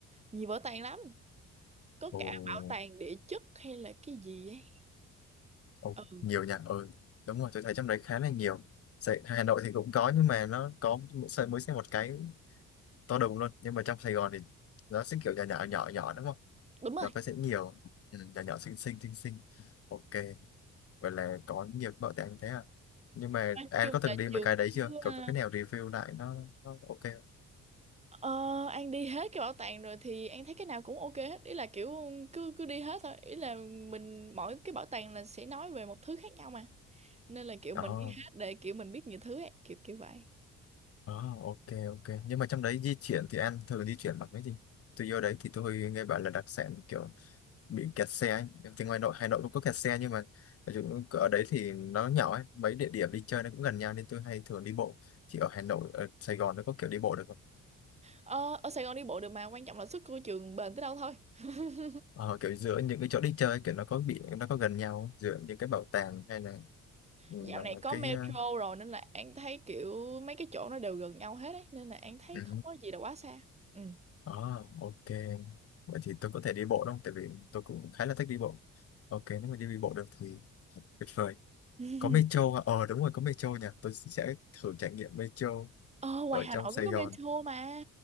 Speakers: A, on the right (about 20°); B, on the left (about 50°).
A: nhiều bảo tàng lắm có
B: Ồ.
A: cả bảo tàng địa chất hay là cái gì ấy
B: Ồ,
A: ừ
B: nhiều nhà ừ đúng rồi tôi thấy trong đấy khá là nhiều Sài, Hà Nội thì cũng có nhưng mà nó có mỗi xây mới xe một cái to đùng luôn nhưng mà trong Sài Gòn thì nó sẽ kiểu nhà nhỏ nhỏ nhỏ đúng không
A: đúng rồi
B: nó có sẽ nhiều ừ, nhà nhỏ xinh xinh xinh xinh ok vậy là có nhiều bảo tàng thế à nhưng mà
A: nói
B: An
A: chung
B: có từng
A: là
B: đi mấy
A: trường
B: cái đấy
A: cứ
B: chưa cậu
A: ờ,
B: có cái nào review lại nó, nó ok
A: ờ, An đi hết cái bảo tàng rồi thì An thấy cái nào cũng ok hết ý là kiểu cứ cứ đi hết thôi ý là mình mỗi cái bảo tàng là sẽ nói về một thứ khác nhau mà nên là kiểu mình
B: không
A: đi hết để kiểu mình biết nhiều thứ ấy kiểu kiểu vậy
B: Ồ, oh, ok ok nhưng mà trong đấy di chuyển thì An thường di chuyển bằng cái gì tôi vô đấy thì tôi nghe bảo là đặc sản kiểu bị kẹt xe ấy. thì ngoài nội Hà Nội cũng có kẹt xe nhưng mà ở chỗ- ở đấy thì nó nhỏ ấy mấy địa điểm đi chơi nó cũng gần nhau nên tôi hay thường đi bộ thì ở Hà Nội ở Sài Gòn nó có kiểu đi bộ được không
A: ờ, ở Sài Gòn đi bộ được mà quan trọng là sức của trường bền tới đâu thôi <laughs>
B: ờ, kiểu giữa những cái chỗ đi chơi kiểu nó có bị nó có gần nhau không? giữa những cái bảo tàng hay là ừ,
A: dạo này có
B: cái
A: metro
B: ờ,
A: rồi nên là An thấy kiểu mấy cái chỗ nó đều gần nhau hết ấy nên là An thấy
B: ừ.
A: không có gì là quá xa Ừ.
B: ờ, ok vậy thì tôi có thể đi bộ đúng không tại vì tôi cũng khá là thích đi bộ ok nếu mà đi, đi bộ được thì tuyệt vời
A: <laughs>
B: có metro hả? ờ đúng rồi có metro nhỉ tôi sẽ thử trải nghiệm metro
A: ờ ngoài
B: ở
A: Hà
B: trong
A: Nội
B: Sài
A: cũng có
B: Gòn
A: metro mà